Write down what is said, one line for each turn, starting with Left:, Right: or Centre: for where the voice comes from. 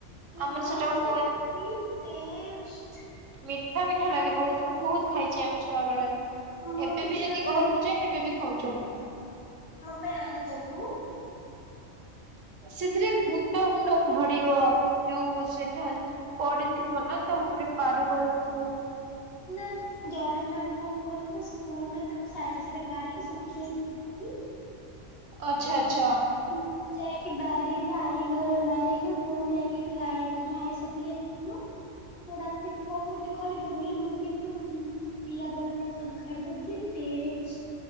Right: ଆମର
Left: ଏ ମା
Right: ସେଟାକୁ
Left: ସେ
Right: କୁହନ୍ତି
Left: କି ଟେଷ୍ଟ୍!
Right: ମିଠା ମିଠା ଲାଗେ ବହୁତୁ ବହୁତ୍ ଖାଇଛି ଆମେ ଛୁଆ ବେଳେ।
Left: ମୁଁ
Right: ଏବେ ବି
Left: ଛୁଆବେଳେ
Right: ଯଦି ଘରକୁ ଯାଏ ଏବେ ବି ଖାଉଚୁ।
Left: ମୋ ପାଇଁ ଆଣିଦବୁ।
Right: ସେଥିରେ ଗୁଣ୍ଡ ଗୁଣ୍ଡ ଝଡ଼ିବ ଯୋଉ ସେଠାରୁ ପଡ଼ିଥିବ ନା ତା ଉପରେ ପାରୁ ପାରୁଥିବ।
Left: ନା ଜଣେ ଜଣେ କଣ କରନ୍ତି ନା ଫୋନ୍ ରେ ତାକୁ ସାଇଜ୍ ରେ କାଡ଼ିକି ଶୁଖେଇ ଦିଅନ୍ତି।
Right: ଆଚ୍ଛା ଆଚ୍ଛା।
Left: ମୁଁ ଯାଇକି ବାରିରେ ଆଈ ଘର ବାରିରେ ମୁଁ ଯାଇକି ଖାଏବି। ମୋ ଆଈ ଶୁଖେଇ ଯାଇଥିବ ତ ରାତିରେ କଣ ଗୋଟେ କରିବ ବୋଲି ମୁଁ କିନ୍ତୁ ଆମେ ପିଲା ଦଳ ଯାଇକି ସବୁ ଖାଇଦଉ କି ଟେଷ୍ଟ!